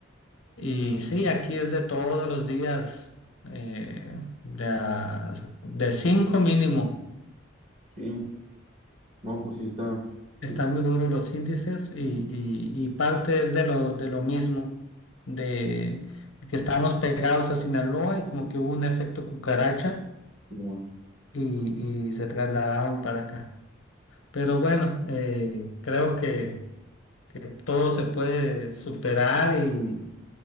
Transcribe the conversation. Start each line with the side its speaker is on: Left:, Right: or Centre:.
Left: Y sí, aquí es de todos los días, eh, de, a- de cinco mínimo.
Right: Sí, no, pues sí está,
Left: Están
Right: sí,
Left: muy duros los índices y, y- y parte es de lo, de lo mismo, de que estábamos pegados a Sinaloa y como que hubo un efecto cucaracha
Right: no.
Left: y, y se trasladaron para acá. Pero bueno, eh, creo que, que todo se puede superar y,